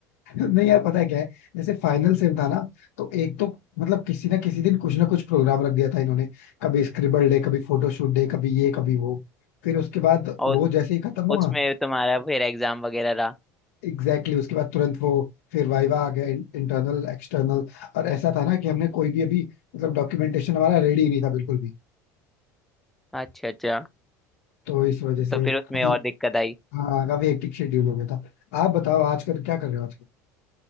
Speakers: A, on the left; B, in the centre.
A: <laughs> नहीं यार पता है क्या है जैसे फाइनल सेम था ना तो एक तो मतलब किसी ना किसी दिन कुछ ना कुछ प्रोग्राम रख दिया था इन्होंने कभी स्क्रिबल डे कभी फोटोशूट डे कभी ये कभी वो फिर उसके बाद वो
B: और
A: जैसे ही खत्म हुआ
B: उसमें तुम्हारा फिर एग्जाम वगैरह रहा
A: एग्जैक्टली exactly, उसके बाद तुरंत वो फिर वाइवा आ गया इंटरनल एक्सटर्नल और ऐसा था ना कि हमने कोई भी अभी मतलब डॉक्यूमेंटेशन हमारा रेडी नहीं था बिल्कुल भी
B: अच्छा अच्छा
A: तो इस वजह से
B: तो फिर
A: काफी
B: उसमें और दिक्कत आई
A: हाँ काफी हेक्टिक शेड्यूल हो गया था आप बताओ आजकल क्या कर रहे हो आजकल